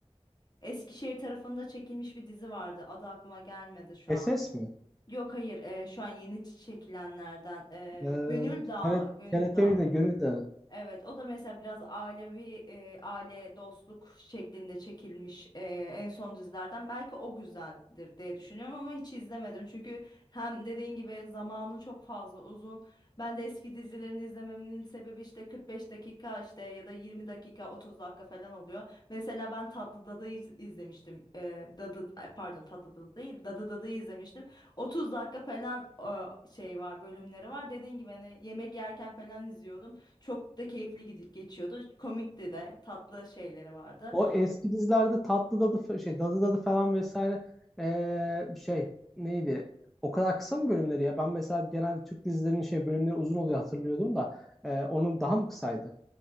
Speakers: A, on the left; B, in the centre.
A: Eskişehir tarafında çekilmiş bir dizi vardı. Adı aklıma gelmedi şu
B: SS
A: an.
B: mi?
A: Yok hayır, e, şu an yeni çekilenlerden. e,
B: Ee,
A: Gönül Dağı,
B: TRT,
A: Gönül
B: TRT
A: Dağı.
B: 'nin de Gönül Dağı.
A: Evet, o da mesela biraz ailevi e, aile dostluk şeklinde çekilmiş e, en son dizilerden. Belki o güzeldir diye düşünüyorum ama hiç izlemedim. Çünkü hem dediğin gibi zamanı çok fazla uzun. Ben de eski dizilerini izlememin sebebi işte 45 dakika işte ya da 20 dakika 30 dakika falan oluyor. Mesela ben Tatlı Dada'yı iz- izlemiştim. E, Dadı ay, pardon Tatlı Dada değil Dadı Dada'yı izlemiştim. 30 dakika falan e, şey var bölümleri var. Dediğin gibi hani yemek yerken falan izliyordum. Çok da keyifli gidi- geçiyordu. Komikti de, tatlı şeyleri vardı.
B: O eski dizilerde Tatlı Dadı fa- şey Dadı Dadı falan vesaire ee, şey neydi? O kadar kısa mı bölümleri ya? Ben mesela genelde Türk dizilerinin şey bölümleri uzun oluyor hatırlıyordum da ee, onun daha mı kısaydı?